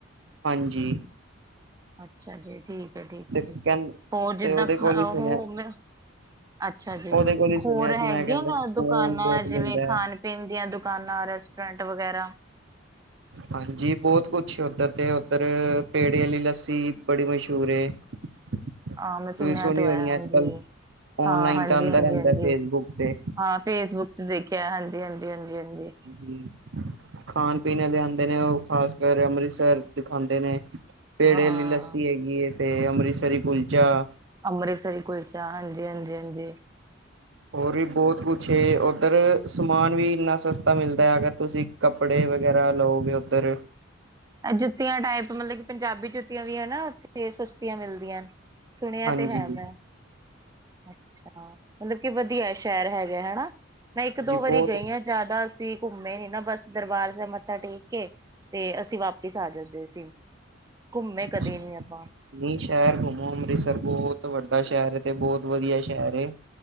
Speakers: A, on the right (about 65°); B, on the right (about 15°).
A: ਹਾਂਜੀ
B: ਅੱਛਾ ਜੀ ਠੀਕ ਹੈ ਠੀਕ
A: ਤੇ
B: ਹੈ
A: ਕਹਿੰ
B: ਠੀਕ ਹੈ ਹੋਰ
A: ਤੇ
B: ਜਿੱਦਾਂ
A: ਉਹਦੇ
B: ਖਾ
A: ਕੋਲ ਹੀ
B: ਉਹ
A: ਸੁਣਿਆ
B: ਅੱਛਾ ਜੀ
A: ਉਹਦੇ ਕੋਲ ਹੀ
B: ਹੋਰ
A: ਸੁਣਿਆ ਸੀ
B: ਹੈਗੇ
A: ਮੈਂ ਕਹਿੰਦਾ
B: ਨਾ
A: ਸਕੂਨ
B: ਦੁਕਾਨਾਂ
A: ਬਹੁਤ
B: ਜਿਵੇਂ
A: ਮਿਲਦਾ ਹੈ
B: ਖਾਨ ਪੀਨ ਦੀਆਂ ਦੁਕਾਨਾਂ ਰੈਸਟੋਰੈਂਟ ਵਗੈਰਾ
A: ਹਾਂਜੀ ਬਹੁਤ ਕੁਛ ਏ ਉੱਧਰ ਤੇ ਉੱਧਰ ਪੇੜੇ ਆਲੀ ਲੱਸੀ ਬੜੀ ਮਸ਼ਹੂਰ ਹੈ ਤੁਸੀਂ
B: ਹਾਂ ਮੈਂ ਸੁਣਿਆ
A: ਸੁਣੀ
B: ਤੇ ਹੋਇਆ
A: ਹੋਣੀ
B: ਹਾਂਜੀ
A: ਅੱਜ ਕੱਲ
B: ਹਾਂ
A: ਔਨਲਾਈਨ
B: ਹਾਂਜੀ
A: ਤਾਂ ਆਂਦਾ
B: ਹਾਂਜੀ
A: ਰਹਿੰਦਾ
B: ਹਾਂਜੀ
A: ਫੇਸਬੁੱਕ ਤੇ
B: ਹਾਂ ਫੇਸਬੁੱਕ ਤੇ ਦੇਖਿਆ ਹਾਂਜੀ -ਹਾਂਜੀ -ਹਾਂਜੀ ਹਾਂਜੀ
A: ਜੀ ਖਾਨ ਪੀਨ ਆਲੇ ਆਂਦੇ ਨੇ ਉਹ ਖਾਸ ਕਰ ਅੰਮ੍ਰਿਤਸਰ ਦਿਖਾਂਦੇ ਨੇ ਪੇੜੇ
B: ਹਾਂ
A: ਅਲੀ ਲੱਸੀ ਹੈਗੀ ਹੈ ਤੇ ਅੰਮ੍ਰਿਤਸਰੀ ਕੁਲਚਾ
B: ਅੰਮ੍ਰਿਤਸਰੀ ਕੁਲਚਾ ਹਾਂਜੀ -ਹਾਂਜੀ -ਹਾਂਜੀ
A: ਹੋਰ ਵੀ ਬਹੁਤ ਕੁਛ ਏ, ਉੱਧਰ ਸਮਾਨ ਵੀ ਇੰਨਾ ਸਸਤਾ ਮਿਲਦਾ ਅਗਰ ਤੁਸੀ ਕੱਪੜੇ ਵਗੈਰਾ ਲਓਗੇ ਉੱਧਰ
B: ਇਹ ਜੁੱਤੀਆਂ ਟਾਈਪ ਮਤਲਬ ਕਿ ਪੰਜਾਬੀ ਜੁੱਤੀਆਂ ਵੀ ਏ ਨਾ, ਉੱਥੇ ਸਸਤੀਆਂ ਮਿਲਦੀਆਂ। ਸੁਣਿਆ
A: ਹਾਂਜੀ
B: ਤੇ ਹੈ ਮੈਂ ਅੱਛਾ, ਮਤਲਬ ਕਿ ਵਧੀਆ ਸ਼ਹਿਰ ਹੈਗਾ ਹੈਨਾ‌। ਮੈਂ ਇੱਕ
A: ਜੀ
B: ਦੋ
A: ਬਹੁਤ
B: ਵਾਰੀ ਗਈ ਹਾਂ। ਜ਼ਿਆਦਾ ਅਸੀਂ ਘੁੰਮੇ ਨੀ ਨਾ ਬਸ ਦਰਬਾਰ ਸਾਹਿਬ ਮੱਥਾ ਟੇਕ ਕੇ ਤੇ ਅਸੀਂ ਵਾਪਿਸ ਆ ਜਾਂਦੇ ਸੀ। ਘੁੰਮੇ
A: ਅੱਛਾ।
B: ਕਦੇ ਨੀ ਅਪਾਂ
A: ਨਹੀਂ ਸ਼ਹਿਰ ਘੁੰਮੋ ਅੰਮ੍ਰਿਤਸਰ ਬਹੁਤ ਵੱਡਾ ਸ਼ਹਿਰ ਏ, ਤੇ ਬਹੁਤ ਵਧੀਆ ਸ਼ਹਿਰ ਏ